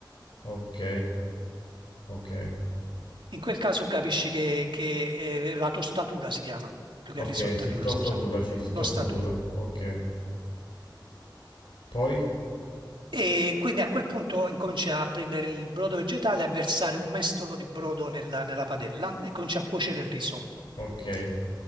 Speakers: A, on the left (about 80°); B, on the right (about 85°).
A: ok, ok,
B: In quel caso capisci che, che, eh, la tostatura si chiama, più che
A: ok,
B: risottatura,
A: sì, tostatura,
B: scusami,
A: sì, sì, tostatura,
B: tostatura.
A: ok. Poi?
B: E quindi a quel punto incomincia a prendere il brodo vegetale, a versare un mestolo di brodo nella, nella padella e comincia a cuocere il riso.
A: Ok,